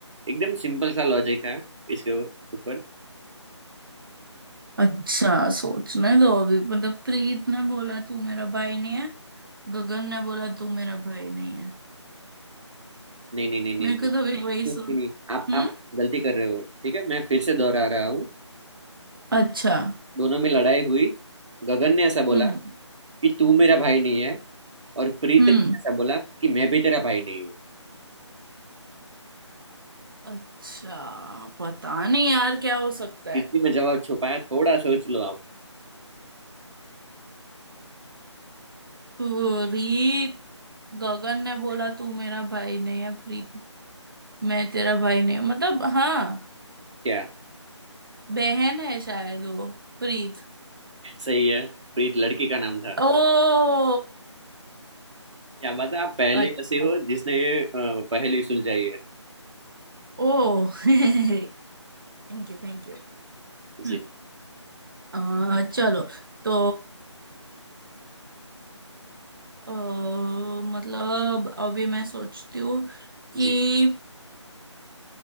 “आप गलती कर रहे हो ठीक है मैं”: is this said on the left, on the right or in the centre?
Right